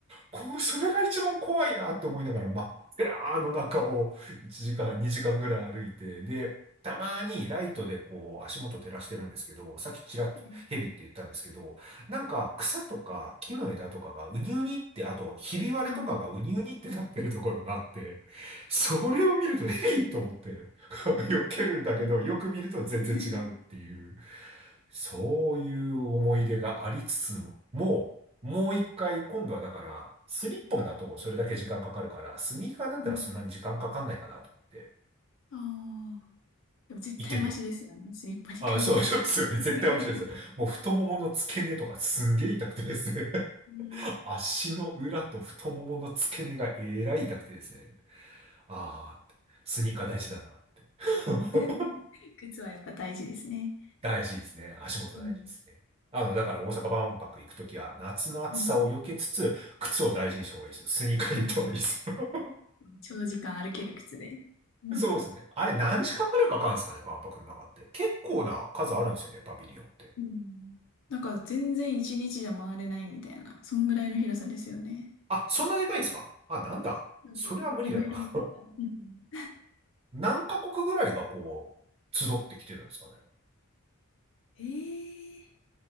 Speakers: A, on the right; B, on the left.
A: こう、それが一番怖いなって思いながら真っ暗の中を1時間、2時間ぐらい歩いて、で、たまにライトでこう足元照らしてるんですけど、さっきちらっとヘビって言ったんですけど、
B: はい
A: なんか草とか木の枝とかがうにうにって、あとひび割れとかがうにうにってなってるところがあって、
B: あー、
A: それを見るとヘビと思って <laughs> 避けるんだけど、
B: びっくり。
A: よく見ると全然違うっていう、
B: <laughs>
A: そういう思い出がありつつも、もう一回、今度はだから、スリッポンだとそれだけ時間かかるから、スニーカーだったらそんなに時間かかんないかなと思って、
B: うん。ああ。でも絶対マシですよね。
A: 行ってみよう。
B: スリッパに比べたら。
A: あ、そう、そうですよね。
B: <laughs>
A: 絶対面白いです。もう太ももの付け根とかすんげえ痛くてですね。<laughs>
B: ね
A: 足の裏と太ももの付け根がえらい痛くてですね。ああ、スニーカー大事だなって。<laughs>
B: <laughs> 靴はやっぱ大事ですね。
A: 大事ですね。足元大事ですね。
B: うん。
A: あの、だから大阪万博行くときは夏の暑さを避けつつ、
B: うん。
A: 靴を大事にした方がいいですよ。スニーカーで行った方がいいですよ。
B: あー長時間歩ける靴で。うん。
A: そうですね。あれ何時間ぐらいかかるんですかね、万博の中って。結構な数あるんですよね、パビリオンって。
B: うんなんか全然一日じゃ回れないみたいな、そんぐらいの広さですよね。
A: あ、そんなでかいんですかあ、なんだ。
B: なんかいろいろ見てたの。
A: それは無理だな。
B: うん。
A: <laughs> 何カ国ぐらいがこう、集ってきてるんですかね。
B: <laughs> ええ